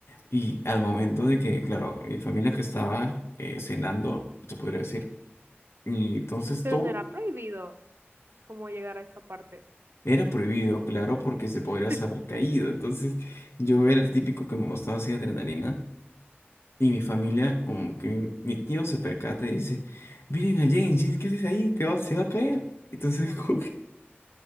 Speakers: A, on the left (about 80°); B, on the right (about 65°).
A: Y al momento de que, claro, mi familia que estaba eh, cenando, se podría decir, y entonces
B: Pero
A: todo...
B: no era prohibido pues, como llegar a esa parte.
A: Era prohibido, claro, porque se podría
B: <laughs>
A: haber caído. Entonces, yo era el típico que me gustaba así adrenalina. Y mi familia, como que mi, mi tío se percata y dice, miren a James, James, ¿qué haces ahí? Te va, se va a caer. Entonces, <laughs> como que-